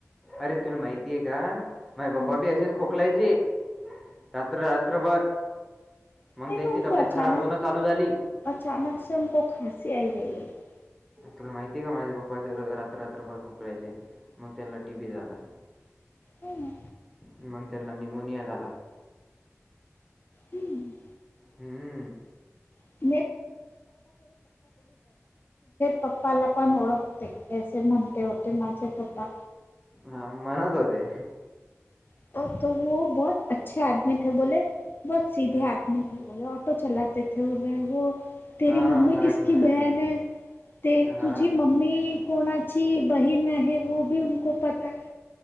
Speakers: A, in the centre; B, on the left (about 40°).
A: अरे तुल माहितीये का माझे
B: हम्म,
A: पप्पा बी असेच खो कलायचे रात्र रात्रभर मंग
B: नहीं
A: त्याची
B: तो उनको
A: तब्येत
B: अचानक
A: खराब होणं चालू झाली.
B: <unintelligible>
A: तुला माहितीय आहे का माझ्या पप्पा असं रात्र रात्रभर खोकलायचे मग त्यांला टी बी झाला.
B: हां.
A: मंग त्यांना निमोनिया झाला.
B: हम्म.
A: हम्म.
B: <unintelligible> पप्पाला पण ओळखते ऐसे म्हणते होते माझे पप्पा.
A: हा म्हणत होते.
B: <unintelligible>
A: हं.
B: <unintelligible>
A: हां, मराठी, मराठी.
B: ते
A: हां,
B: तुझी मम्मी कोणाची बहीण आहे. <unintelligible>